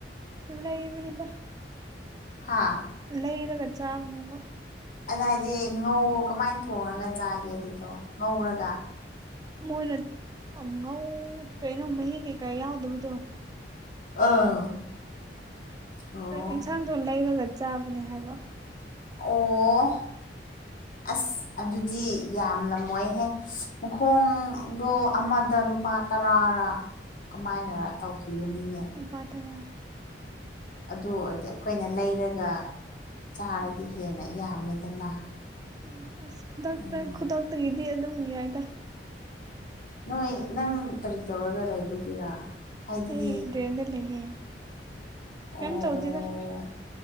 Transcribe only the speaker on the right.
ꯗ ꯏꯕꯅꯤꯗ
ꯂꯩꯔꯒ ꯆꯥꯕꯅꯦꯕ
ꯃꯣꯏꯅ ꯑꯉꯧ ꯀꯩꯅꯣ ꯃꯍꯤ ꯀꯩꯀꯥ ꯌꯥꯎꯗꯕꯗꯣ
ꯏꯟꯁꯥꯡꯗꯣ ꯂꯩꯔꯒ ꯆꯥꯕꯅꯦ ꯍꯥꯏꯕ
ꯄꯇ꯭ꯔꯥ
ꯎꯝ ꯑꯁ ꯈꯨꯗꯛꯇ
ꯈꯨꯗꯛꯇꯒꯤꯗꯤ ꯑꯗꯨꯝ ꯌꯥꯏꯗ
ꯑꯩ ꯗꯦꯟꯗ ꯂꯩꯌꯦꯦ
ꯀꯝ ꯆꯧꯗꯗ